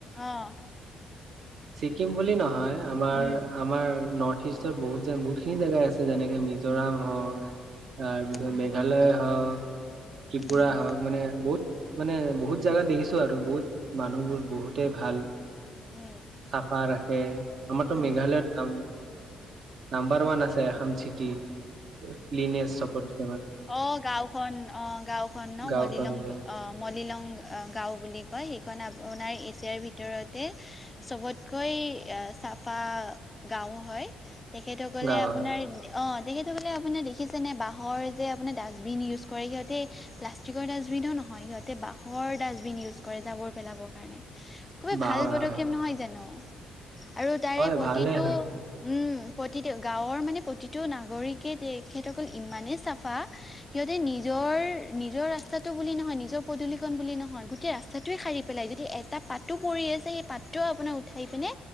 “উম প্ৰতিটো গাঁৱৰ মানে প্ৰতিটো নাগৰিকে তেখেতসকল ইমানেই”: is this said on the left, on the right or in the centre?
Left